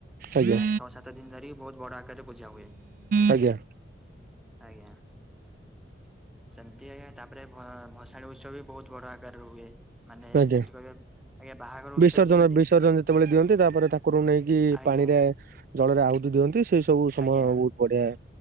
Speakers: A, on the right (about 50°); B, in the centre.
A: ଆଜ୍ଞା
B: ଆ ଛଅ ସାତ ଦିନ ଧରି ବହୁତ ବଡ଼ ଆକାରରେ ପୂଜା ହୁଏ।
A: ଆଜ୍ଞା
B: ଆଜ୍ଞା ସେମତି ଆଜ୍ଞା ତାପରେ ଭସାଣୀ ଉତ୍ସବ ବି ବହୁତ ବଡ ଆକାରରେ ହୁଏ ମାନେ
A: ଆଜ୍ଞା
B: ଯେମିତି କହିବେ ଆଜ୍ଞା ବାହାଘର ଉତ୍ସବ
A: ବିସର୍ଜନ
B: ଯେମିତି
A: ବିସର୍ଜନ ଯେତେବେଳେ ଦିଅନ୍ତି ତାପରେ ଠାକୁରଙ୍କୁ ନେଇକି
B: ଆଜ୍ଞା
A: ପାଣି ରେ ଜଳରେ ଆହୁରି ଦିଅନ୍ତି ସେଇ ସବୁ ସମୟ
B: ଆଜ୍ଞା
A: ବହୁତ ବଢିଆ।